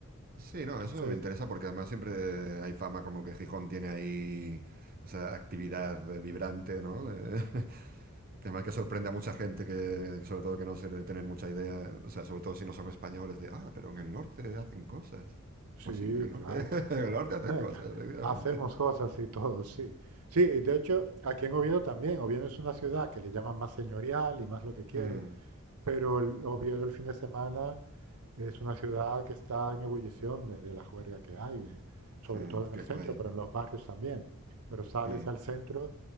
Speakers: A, on the right; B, on the right.
A: Sí, no,
B: Entonces,
A: eso me interesa porque además siempre hay fama como que Gijón tiene ahí esa actividad eh, vibrante, ¿no? De- <laughs> que además que sorprende a mucha gente que, sobre todo que no se le tienen mucha idea, o sea, sobre todo si no son españoles, de, ah, pero en el norte hacen cosas.
B: sí,
A: Pues sí, en el norte,
B: claro.
A: <laughs> en el norte hacen
B: <laughs>
A: cosas, efectivamente.
B: Hacemos cosas y todo, sí. Sí, y de hecho, aquí en Oviedo también. Oviedo es una ciudad que le llaman más señorial y más lo que quieras.
A: Mm,
B: Pero el Oviedo el fin de semana es una ciudad que está en ebullición de, de la juerga que hay, eh, sobre
A: mm,
B: todo en
A: qué
B: el centro,
A: guay,
B: pero en los barrios también. Pero sales
A: mm,
B: al centro